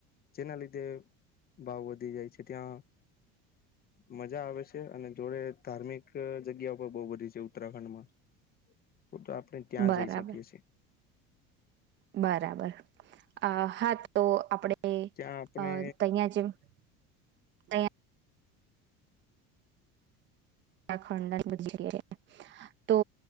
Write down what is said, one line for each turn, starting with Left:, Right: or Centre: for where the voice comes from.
Left: જેના લીધે ભાવ વધી જાય છે ત્યાં મજા આવે છે અને જોડે ધાર્મિક જગ્યા પણ બઉ બધી છે ઉત્તરાખંડમાં તો તો આપણે ત્યાં
Right: બરાબર
Left: જઈ શકીએ છે.
Right: બરાબર અ હા તો આપડે
Left: ત્યાં આપણે
Right: અ તહીયા જેમ તહીયા ઉત્તરાખંડ ઘણી બધી જગ્યાએ તો